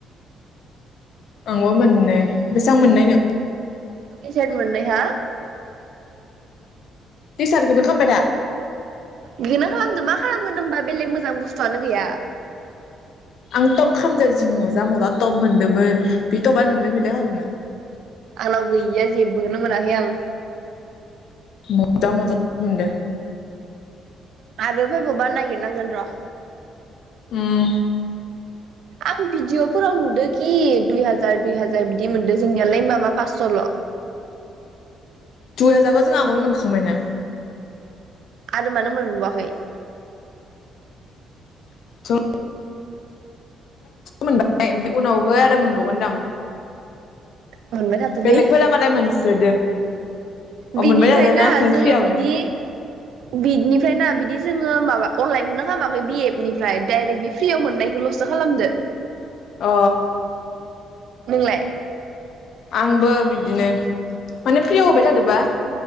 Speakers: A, on the left; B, on the right.
A: आंबो मोननै बेसां मोननाय नङ
B: टिसारट मोननै हा
A: टिसार्टखोदो खालामबाय दा?
B: बे मा खालामदो मा खालामगोन होमबा बेलेग मोजां बुस्थुआनो गैया।
A: आं टप खालामदों जि मजा मजा टप मोनदोंमोन बे टपा नोंदो मिलाय खागोमोन।
B: आंनाव गैया जेबोखोनो मोनाखै आं।
A: मजा मजा तब मोनदो।
B: आरो फैबावबा नागिरनांगोन र'।
A: उम्म
B: आं भिदिअफोराव नुदोंखि दुइ हाजार दुइ हाजार बिदि मोनदों जोंनियालाय ओमबा मा पासस'ल'?
A: दुइ हाजारखौ जों आग'नो मोनखामाय ना।
B: आरो मानो मोनबावाखै?
A: <inaudible> मोनबाय ओमफ्राय उनावह आरो मोनबावगोनदां।
B: मोनबाय थाथोलै
A: बेलेगफोरा मालाय मोनसोदो। अ
B: बिनिफ्रायना
A: मोनबाय थादोना जों
B: जोंङो
A: फ्रियावनो
B: बिदि बिनिफ्रायना बिदि जोंङो माबा अनलायहोन खालामाखै बि एपनिफ्राय डाइरेक्ट बि फ्रियाव मोननायखौल'सो खालामदो।
A: अ
B: नोंलाय?
A: आंबो बिदिनो माने फ्रियाव होबाय थादोबा।